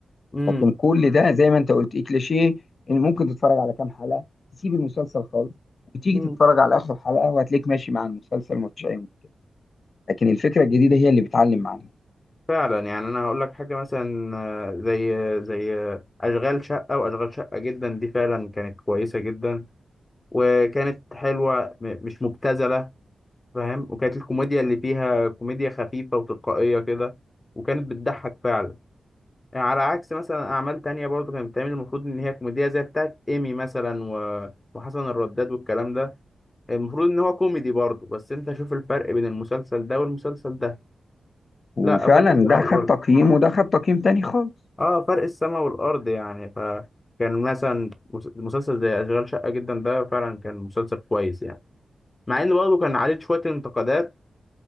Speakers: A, on the left (about 25°); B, on the left (about 45°).
A: امم
B: لكن كل ده زي ما انت قلت إيه كليشيه ان ممكن تتفرج على كام حلقه تسيب المسلسل خالص وتيجي
A: امم
B: تتفرج على اخر حلقه وهتلاقيك ماشي مع المسلسل ومفيش اي مشكله لكن الفكره الجديده هي اللي بتعلم معانا
A: فعلا يعني انا هقول لك حاجه مثلا آه، زي زي آه، اشغال شقه واشغال شقه جدا دي فعلا كانت كويسه جدا وكانت حلوه م- مش مبتذله فاهم وكانت الكوميديا اللي فيها كوميديا خفيفه وتلقائيه كده وكانت بتضحك فعلا يعني على عكس مثلا اعمال تانية برضو كانت بتعمل المفروض ان هي كوميديا زي بتاعت ايمي مثلا و... وحسن الرداد والكلام ده المفروض ان هو كوميدي برضو بس انت شوف الفرق بين المسلسل ده والمسلسل ده
B: وفعلا
A: لا فرق السماء
B: ده
A: والارض
B: خد تقييم وده خد تقييم تاني خالص
A: اه فرق السما والارض يعني فكان مثلا مس- مسلسل زي اشغال شقه جدا ده فعلا كان مسلسل كويس يعني مع ان برضه كان عليه شويه انتقادات